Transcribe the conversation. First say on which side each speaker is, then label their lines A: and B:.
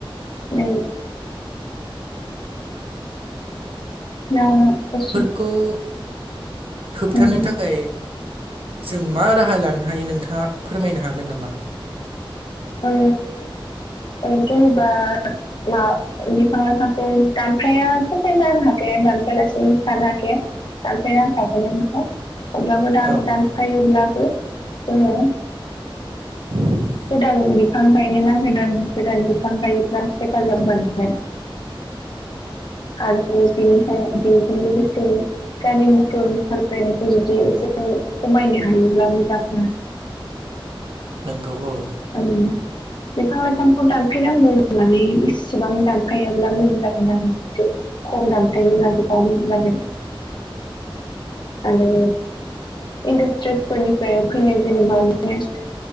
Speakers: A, on the left; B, on the right.
A: औ। दा <unintelligible>
B: गु होबथानो
A: ओम
B: थाखाय जों मा राहा लानो हायो नोंथाङा फोरमायनो हागोन नामा?
A: औ ओ जेनेबा मा बिफां लाइफांखौ दानफायाथ' जानो हाखाया दानफाया लासे थानो हा खाया दानफाय नांखागोनानोखा थेवब्लाबो दान
B: औ
A: दान फायोब्लाबो जोङो
B: <inaudible>
A: गोदान बिफां गायनो नांगोन आरो गोदान बिफां गायोब्ला हेफाजाब मोनगोन। आरो बेनिफ्राय बेजों लोगोसे गारि मथर सालायायनायखौ जुदि एसे खमायनो हायोब्ला मोजां।
B: नोंगौ औ।
A: औ। बिफां लाइफांखौ दानफायनांगौ होननानै इसेबां दानफायाब्ला मोजां जागोन आरो। एसे खम दानफायनो लायोब्ला मोजां जागोन। आरो इन्डास्ट्रिसफोरनिफ्राय फैनाय जेनेबा बिदिनो